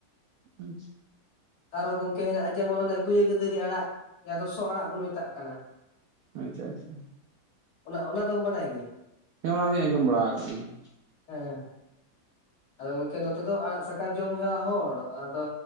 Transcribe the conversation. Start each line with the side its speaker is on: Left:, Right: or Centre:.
Right: ᱟᱪᱪᱷᱟ
Left: ᱟᱨᱚ ᱜᱚᱝᱠᱮ ᱦᱮᱱᱟᱜ ᱡᱮᱢᱚᱱ ᱚᱱᱮ ᱜᱩᱭᱟᱹ ᱜᱟᱹᱫᱟᱹᱨᱤ ᱟᱲᱟᱜ ᱡᱟᱦᱟ ᱫᱚ ᱥᱚ ᱟᱲᱟᱜ ᱵᱚᱱ ᱢᱮᱛᱟᱜ ᱠᱟᱱᱟ
Right: ᱟᱪᱪᱷᱟ ᱟᱪᱪᱷᱟ
Left: ᱚᱱᱟ ᱚᱱᱟ ᱫᱚᱢ ᱵᱟᱰᱟᱭ ᱜᱮᱭᱟ
Right: ᱦᱮᱸ ᱚᱱᱟ ᱫᱚᱧ ᱟᱸᱡᱚᱢ ᱵᱟᱲᱟ ᱠᱟᱫ ᱜᱮᱭᱟ
Left: ᱦᱮᱸ ᱟᱫᱚ ᱜᱚᱝᱠᱮ ᱱᱚᱛᱮ ᱫᱚ ᱟᱲᱟᱜ ᱥᱟᱠᱟᱢ ᱡᱚᱢ ᱦᱮᱣᱟ ᱦᱚᱲ ᱟᱫᱚ